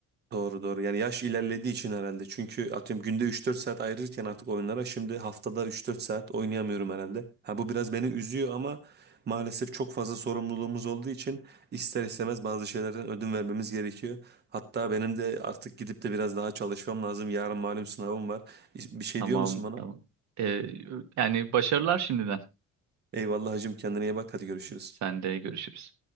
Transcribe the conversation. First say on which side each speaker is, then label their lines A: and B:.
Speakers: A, on the right; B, on the right.
A: Doğru doğru. Yani yaş ilerlediği için herhalde. Çünkü atıyorum günde üç dört saat ayırırken artık oyunlara şimdi haftada üç dört saat oynayamıyorum herhalde. Ha bu biraz beni üzüyor ama maalesef çok fazla sorumluluğumuz olduğu için ister istemez bazı şeylerden ödün vermemiz gerekiyor. Hatta benim de artık gidip de biraz daha çalışmam lazım. Yarın malum sınavım var. Bir şey
B: Tamam,
A: diyor musun bana?
B: tamam. Ee, yani başarılar şimdiden.
A: Eyvallah hacım kendine iyi bak hadi görüşürüz.
B: Sen de görüşürüz.